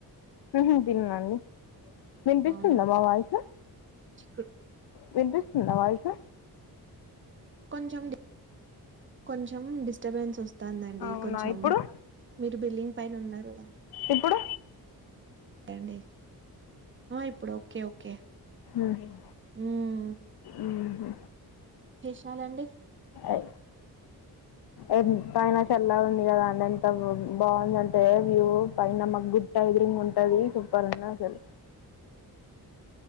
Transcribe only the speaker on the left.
హా నేన్ తిన్నాండి వినిపిస్తుందా
మా వాయిసు
వినిపిస్ నా వాయిసు
అవునా
ఇప్పుడు
ఇప్పుడు
ఉహ్
ఉహ్మ్
ఐ అయి పైన సెల్లాగా ఉంది కదా అనిఅంటావ్ బాగుంది. అంటే వ్యూ పైన మాకు గుట్ట ఎదురూంగుంట్టది. సూపర్ ఉన్నద్ అసెల్